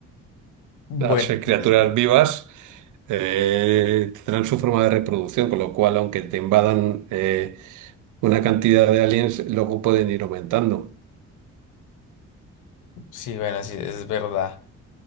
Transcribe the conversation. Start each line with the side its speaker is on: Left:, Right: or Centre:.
Left: bueno,
Right: Al ser criaturas
Left: sí, es ver-
Right: vivas, eh, tendrán su forma de reproducción, con lo cual, aunque te invadan eh, una cantidad de aliens, luego pueden ir aumentando.
Left: sí, bueno, sí, es verdad.